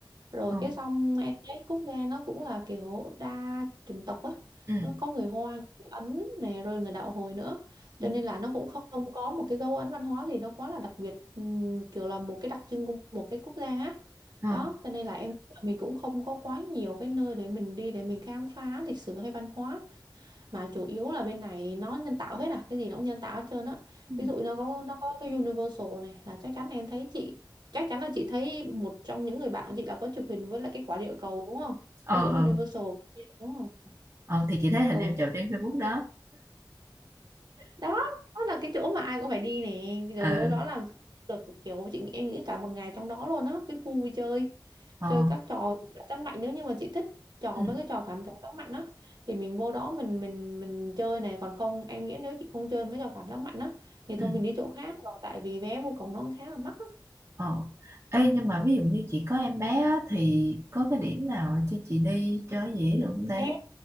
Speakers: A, on the right; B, on the right.
A: Rồi
B: ờ
A: cái xong em thấy quốc gia nó cũng là kiểu đa chủng tộc á.
B: ừ
A: Nó Có người Hoa, người Ấn nè, rồi người đạo Hồi nữa.
B: ừ
A: Cho nên là nó cũng không có một cái dấu ấn văn hóa gì nó quá là đặc biệt ừm, kiểu là một cái đặc trưng của một cái quốc gia á.
B: ờ
A: Đó, cho nên là em nghĩ là mình cũng không có quá nhiều cái nơi để mình đi để mình khám phá lịch sử hay văn hóa mà chủ yếu là bên này nó nhân tạo hết à cái gì nó cũng nhân tạo hết trơn á
B: ừ.
A: ví dụ nó có nó có cái Universal này là chắc chắn em thấy chị chắc chắn là chị thấy một trong những người bạn của chị là có chụp hình với lại cái quả địa cầu đúng không
B: ờ
A: có chữ
B: ờ
A: Universal đúng không
B: Ờ, thì chị thấy hình
A: ừ
B: em chụp trên Facebook đó
A: đó đó là cái chỗ mà ai cũng phải đi nè rồi
B: ừ
A: vô đó làm được kiểu chị em nghĩ cả một ngày trong đó luôn á cái khu vui chơi
B: ờ
A: chơi các trò cảm giác mạnh nếu như mà chị thích trò
B: ừ
A: mấy cái trò cảm cảm giác mạnh á thì mình vô đó mình mình mình chơi này còn không em nghĩ nếu chị không chơi mấy trò cảm giác mạnh á thì
B: ừ
A: thôi mình đi chỗ khác rồi tại vì vé vô cổng nó khá là mắc á
B: ờ Ê, nhưng mà ví dụ như chị có em bé á, thì có cái điểm nào cho chị đi cho dễ được không ta
A: Ê,